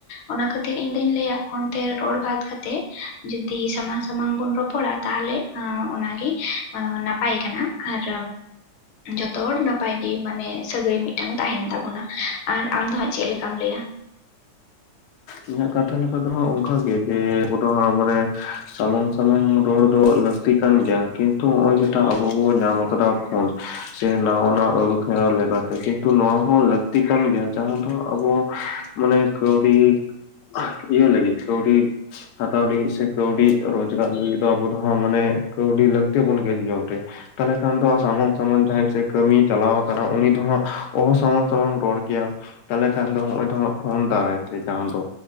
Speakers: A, on the left (about 80°); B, on the left (about 70°).
A: ᱚᱱᱟ ᱠᱷᱟᱹᱛᱤᱨ ᱤᱧ ᱫᱚᱧ ᱞᱟᱹᱭᱟ ᱯᱷᱳᱱ ᱛᱮ ᱨᱚᱲ ᱵᱟᱫ ᱠᱟᱛᱮᱜ ᱡᱩᱫᱤ ᱥᱟᱢᱟᱝ ᱥᱟᱢᱟᱝ ᱵᱚᱱ ᱨᱚᱯᱚᱲᱟ ᱛᱟᱦᱞᱮ ᱮᱸ ᱚᱱᱟᱜᱤ ᱟᱸ ᱱᱟᱯᱟᱭ ᱠᱟᱱᱟ ᱟᱨ ᱡᱚᱛᱚ ᱦᱚᱲ ᱱᱟᱯᱟᱭᱜᱤ ᱢᱟᱱᱮ ᱥᱟᱹᱜᱟᱹᱭ ᱢᱤᱫᱴᱟᱝ ᱛᱟᱦᱮᱱ ᱛᱟᱵᱚᱱᱟ, ᱟᱨ ᱟᱢ ᱫᱚ ᱦᱟᱸᱜ ᱪᱮᱜ ᱞᱮᱠᱟᱢ ᱞᱟᱹᱭᱟ?
B: ᱤᱧᱟᱹᱜ ᱠᱟᱛᱷᱟ ᱞᱮᱠᱟ ᱫᱚ ᱦᱟᱜ ᱚᱝᱠᱟᱜᱮ ᱡᱮ ᱟᱵᱚ ᱫᱚ ᱦᱟᱸᱜ ᱢᱟᱱᱮ ᱥᱟᱢᱟᱝ ᱥᱟᱢᱟᱝ ᱨᱚᱲ ᱫᱚ ᱞᱟᱹᱠᱛᱤ ᱠᱟᱱ ᱜᱮᱭᱟ ᱠᱤᱱᱛᱩ ᱦᱚᱜ-ᱚᱭ ᱡᱮᱴᱟ ᱟᱵᱚ ᱵᱚ ᱧᱟᱢ ᱠᱟᱫᱟ ᱯᱷᱳᱱ ᱥᱮ ᱱᱟᱣᱟ ᱱᱟᱜ ᱟᱹᱨᱩᱯᱷᱮᱨᱟᱣ ᱞᱮᱠᱟᱛᱮ ᱠᱤᱱᱛᱩ ᱱᱚᱣᱟ ᱦᱚᱸ ᱞᱟᱹᱠᱛᱤ ᱠᱟᱱ ᱜᱮᱭᱟ ᱡᱟᱦᱟᱸ ᱫᱚ ᱟᱵᱚ ᱢᱟᱱᱮ ᱠᱟᱹᱣᱰᱤ <unintelligible> ᱤᱭᱟᱹ ᱞᱟᱹᱜᱤᱫ ᱠᱟᱹᱣᱰᱤ ᱦᱟᱛᱟᱣ ᱞᱟᱹᱜᱤᱜ ᱥᱮ ᱠᱟᱹᱣᱰᱤ ᱨᱚᱡᱽᱜᱟᱨ ᱞᱟᱹᱜᱤᱫ ᱫᱚ ᱟᱵᱚ ᱫᱚ ᱦᱟᱸᱜ ᱢᱟᱱᱮ ᱠᱟᱹᱣᱰᱤ ᱞᱟᱹᱠᱛᱤ ᱵᱚᱱ ᱜᱮᱭᱟ ᱡᱤᱭᱚᱱ ᱨᱮ᱾ ᱛᱟᱦᱞᱮ ᱠᱷᱟᱱ ᱫᱚ ᱥᱟᱢᱟᱝ ᱥᱟᱢᱟᱱ ᱡᱟᱦᱟᱸᱭ ᱥᱮ ᱠᱟᱹᱢᱤᱭ ᱪᱟᱞᱟᱣ ᱟᱠᱟᱱᱟ ᱩᱱᱤ ᱫᱚ ᱦᱟᱸᱜ ᱚᱦᱚ ᱥᱟᱢᱟᱝ ᱥᱟᱢᱟᱝ ᱨᱚᱲ ᱠᱮᱭᱟ᱾ ᱛᱟᱞᱦᱮ ᱠᱷᱟᱱ ᱫᱚ ᱦᱚᱜᱼᱚᱭ ᱫᱚ ᱦᱟᱸᱜ ᱯᱷᱳᱱ ᱫᱟᱨᱟᱭ ᱛᱮ ᱡᱟᱦᱟᱸ ᱫᱚ